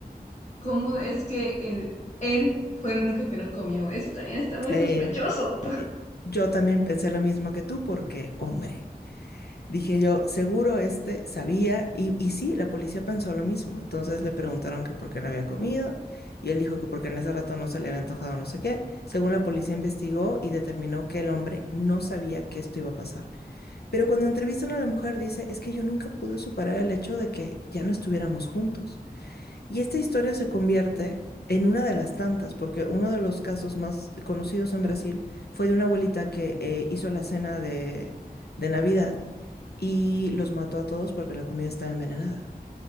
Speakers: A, on the left; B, on the left.
A: ¿cómo es que el, él fue el único que no comió? Eso también está muy
B: Eh,
A: sospechoso.
B: eh, yo también pensé lo mismo que tú porque, hombre, dije yo, seguro este sabía, y, y sí, la policía pensó lo mismo. Entonces le preguntaron que por qué no había comido, y él dijo que porque en ese rato no se le había antojado no sé qué. Según la policía investigó y determinó que el hombre no sabía que esto iba a pasar. Pero cuando entrevistan a la mujer dice, es que yo nunca pude superar el hecho de que ya no estuviéramos juntos. Y esta historia se convierte en una de las tantas, porque uno de los casos más conocidos en Brasil fue de una abuelita que eh, hizo la cena de, de Navidad y los mató a todos porque la comida estaba envenenada.